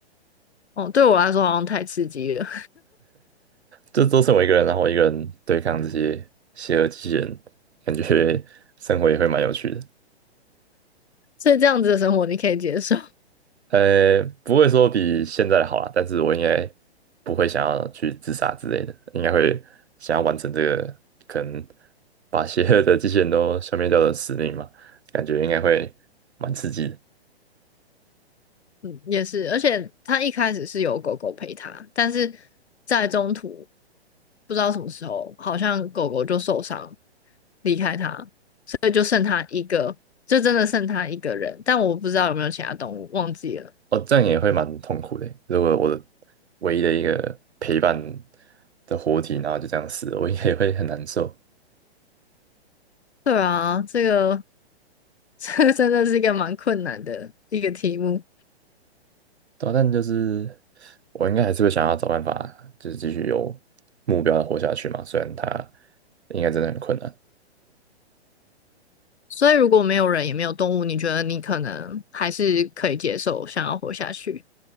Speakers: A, on the left; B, on the right.
A: 哦，对我来说好像太刺激了，
B: 这都是我一个人，然后我一个人对抗这些邪恶机器人，感觉 <laughs> 生活也会蛮有趣的。
A: <laughs> 所以这样子的生活你可以接受。
B: 呃，不会说比现在的好啦，但是我应该不会想要去自杀之类的，应该会想要完成这个可能把邪恶的机器人都消灭掉的使命嘛，感觉应该会蛮刺激的。
A: 嗯，也是，而且他一开始是有狗狗陪他，但是在中途不知道什么时候，好像狗狗就受伤离开他，对，就剩他一个，就真的剩他一个人，但我不知道有没有其他动物，忘记了。
B: 哦，这样也会蛮痛苦的欸。如果我的唯一的一个陪伴的活体，然后就这样死了，我应该也会很难受。
A: 对啊，这个 <laughs> 这个真的是一个蛮困难的一个题目，
B: 对啊，但就是我应该还是会想要找办法，就是继续有目标的活下去嘛。虽然它应该真的很困难，
A: 所以如果没有人也没有动物，你觉得你可能还是可以接受，想要活下去？